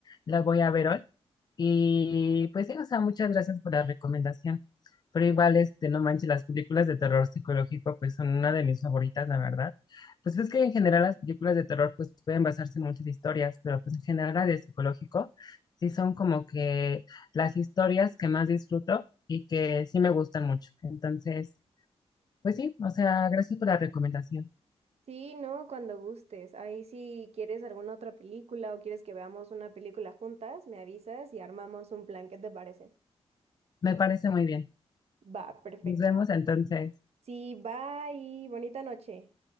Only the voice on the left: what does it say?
la voy a ver hoy. Y pues sí, o sea, muchas gracias por la recomendación. Pero igual, este, no manches, las películas de terror psicológico, pues son una de mis favoritas, la verdad. Pues ves que en general las películas de terror pues pueden basarse en muchas historias, pero pues en general las de psicológico sí son como que las historias que más disfruto y que sí me gustan mucho. Entonces, pues sí, o sea, gracias por la recomendación.
Me parece muy bien.
Nos vemos entonces.